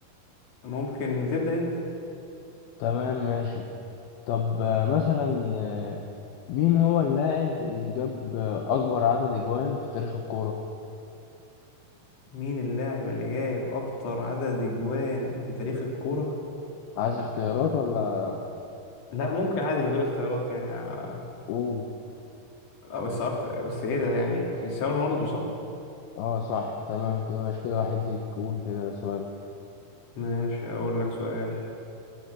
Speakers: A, on the left; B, on the left.
A: ممكن تبدأ انت
B: تمام ماشي طب آه، مثلا آه، مين هو اللاعب اللي جاب آه، اكبر عدد اجوان في تاريخ الكورة؟
A: مين اللاعب اللي جايب اكتر عدد اجوان في تاريخ الكورة
B: عايز اختيارات ولا
A: لا ممكن عادي من غير اختيارات يعني آه،
B: قول؟
A: آه، بس أكتر بس ايه ده يعني كريستيانو رونالدو صح
B: اه صح تمام كده ماشي كده واحد ليك قول كده سؤال
A: ماشي اقول لك سؤال